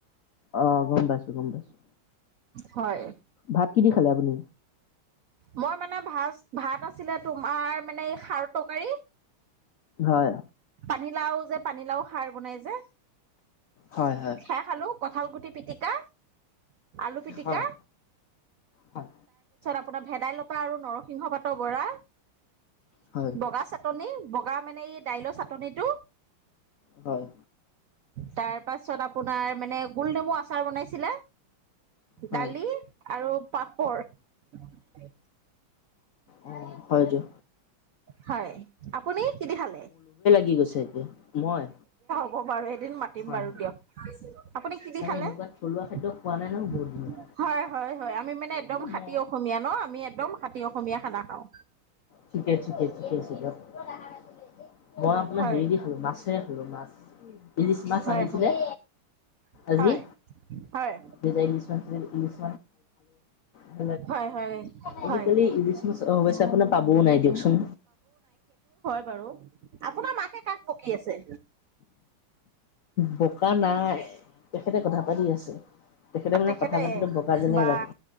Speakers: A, on the left; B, on the right.
A: অ গম পাইছো গম পাইছো।
B: হয়।
A: ভাত কি দি খালে আপুনি?
B: মই মানে ভাত ভাত আছিলে তোমাৰ মানে এই খাৰ তৰকাৰী
A: হয়!
B: পানীলাও যে পানীলাও সাৰ বনাই যে,
A: হয় হয়
B: খে খালো। কঁঠালগুটি পিটিকা। লু পিক-
A: হয় হয়
B: আপোনাৰ ভেদাইলতা আৰু নৰসিংহ পাতৰ বৰা।
A: হয়
B: বগা চাটনি বগা মানে এই দাইলৰ চ নাটনিটো
A: হয়!
B: তাৰ পাছত আপোনাৰ মানে গোল নমু আচাৰ বনাইছিলা।
A: হয়
B: দালি আৰু পাপৰ উ!
A: অ হয় যো
B: হয়। আপুনি কিন খালে?
A: ঠিকছে। াকে মই
B: হ'
A: হয়
B: বাৰু
A: মানে এনেকুৱা থলুৱা খাদ্য খোৱা
B: খ
A: নাই নহয় বহুত দিনত
B: একদম হাতী
A: মই
B: অসমীয়া ন আমি একদম হাতী অসমীয়া খানা খাওঁ।
A: ঠিকে ঠিকে ঠিকে আছে দিয়ক মই আপোনাৰ
B: হয়
A: হেৰি দি খালো মাছে খালো মাছ। ইিছ মাছ
B: হয়
A: আনিছিলে
B: হয়
A: আজি।
B: হয়
A: নিজ ইংলছ ইংলছ ঠ
B: হয় হয়
A: আজিকালি
B: হয়
A: ইলিছ মাছ অশে আপোনাৰ পাবও নাই দিয়কচোন।
B: বাৰ আপোনাৰ মাকে কাক পকি আছে।
A: বোকা নাই তেখেতে কথা পাতি আছে। মানে
B: তেখেতে
A: কথা পাতিলে বগা যেনে
B: বা
A: লাগে